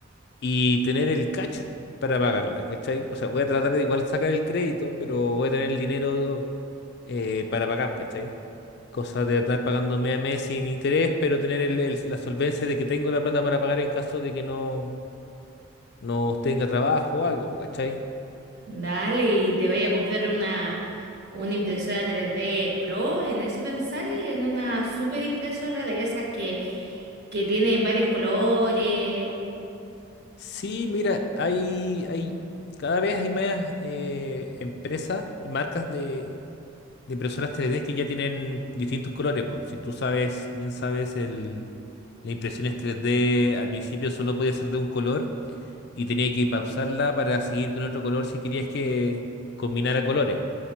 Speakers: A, on the left (about 50°); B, on the right (about 50°).
A: y tener el cash para pagarla, ¿cachai? O sea, voy a tratar de igual sacar el crédito, pero voy a tener el dinero eh, para pagar, ¿cachai? Cosa de estar pagando mes a mes sin interés, pero tener el- el- la solvencia de que tengo la plata para pagar en caso de que no, no tenga trabajo o algo, ¿cachai?
B: Dale, y te vaya a comprar una, una impresora tres d Pro, ¿en eso pensáis? ¿En una super impresora de esas que, que tienen varios colores?
A: Sí, mira, hay, hay, cada vez hay más eh, empresas y marcas de de impresoras 3D que ya tienen distintos colores. Pues. Si tú sabes, bien sabes, el, la impresión es 3D al principio solo podía ser de un color y tenía que pausarla para seguir con otro color si querías que combinara colores.